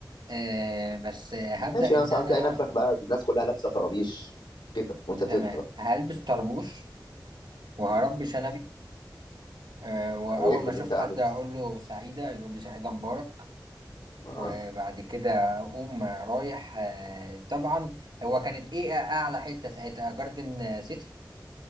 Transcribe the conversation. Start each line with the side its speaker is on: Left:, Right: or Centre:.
Right: آه بس آه، هبدأ
Left: ماشي
Right: ان
Left: انا ساعة
Right: انا
Left: تلاقي نفسك بقى الناس كلها لابسة طرابيش كده وانت نزلت
Right: تمام
Left: بقى
Right: هلبس طربوش وهربي
Left: م.
Right: شنبي آه، وأول
Left: وافرض
Right: ما أشوف
Left: انت
Right: حد
Left: قبلك
Right: أقول له سعيدة يقول لي سعيدة مبارك
Left: آه.
Right: وبعد كده أقوم رايح آه، طبعا هو كانت إيه أعلى حتة ساعتها جاردن سيتي